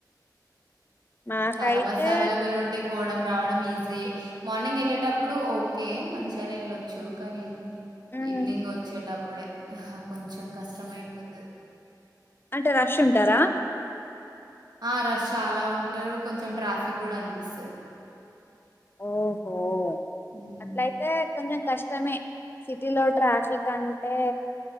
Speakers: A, on the left (about 30°); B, on the right (about 70°).
A: మాకైతే
B: చాలా బస్సు అవైలబుల్ ఉంటాయి పోవడం రావడం ఈజీ ఏ మార్నింగ్ వెళ్ళేటప్పుడు ఓకే మంచిగానే వెళ్ళొచ్చు కానీ
A: ఉమ్
B: ఈవినింగ్ వచ్చేటప్పుడే కొంచెం కష్టం అయిపోతది
A: అంటే రష్ ఉంటారా
B: ఆ రష్ చాలా ఉంటారు కొంచెం ట్రాఫిక్ కూడా అనిపిస్తది
A: ఓహో
B: హ్మ్మ్
A: అట్లయితే కొంచెం కష్టమే సిటీలో ట్రాఫిక్ అంటే